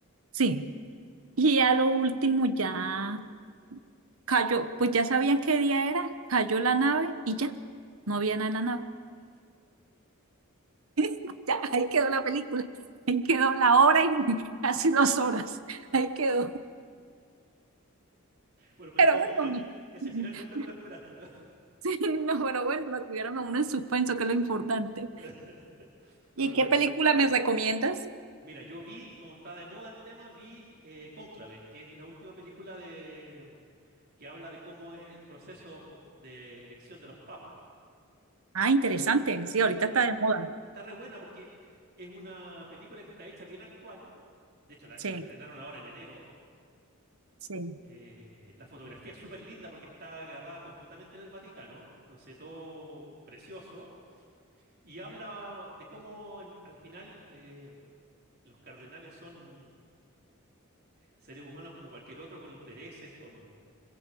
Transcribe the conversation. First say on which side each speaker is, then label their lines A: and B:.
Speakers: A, on the right; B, on the right.
A: Sí. Y a lo último ya cayó, pues ya sabían qué día era, cayó la nave y ya, no había nada en la nave. <laughs> Ya, ahí quedó la película, ahí quedó la hora y <laughs> casi dos horas, ahí quedó.
B: Bueno, pero
A: Pero
B: es un
A: bueno,
B: final que... Ese
A: <laughs>
B: final nunca te lo esperaste, ¿no?
A: sí, no, pero bueno, lo tuvieron a uno en suspenso, que es lo importante.
B: <laughs> Está
A: ¿Y
B: buena.
A: qué película me recomiendas?
B: Mira, yo vi, como está de moda el tema, vi eh, Cónclave, que es la última película de... que habla de cómo es el proceso de elección de los papas.
A: Ah, interesante, sí,
B: Sí,
A: ahorita
B: está,
A: está de moda.
B: Está re buena porque es una película que está hecha bien actual. De hecho, la,
A: Sí,
B: la estrenaron ahora en enero.
A: sí,
B: Eh, la fotografía es súper linda porque está grabada completamente en el Vaticano. Entonces, todo precioso. Y habla de cómo en- al final eh, los cardenales son seres humanos como cualquier otro, con intereses, con,